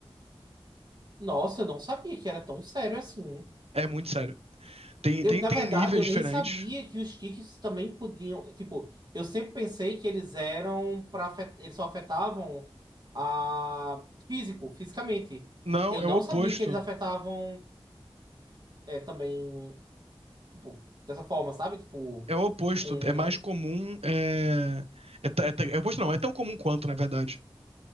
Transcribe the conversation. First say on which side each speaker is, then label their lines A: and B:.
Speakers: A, on the right; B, on the right.
A: Nossa, eu não sabia que era tão sério assim.
B: É muito sério. Tem,
A: Eu,
B: tem,
A: na
B: tem
A: verdade,
B: níveis
A: eu nem
B: diferentes.
A: sabia que os tiques também podiam. Tipo, eu sempre pensei que eles eram para eles só afetavam a físico, fisicamente.
B: Não,
A: Eu
B: é
A: não
B: o oposto.
A: sabia que eles afetavam é, também. Tipo, dessa forma, sabe? Tipo,
B: É o oposto.
A: com.
B: É mais comum. É, é, ta- é, ta- é o oposto, não. É tão comum quanto, na verdade.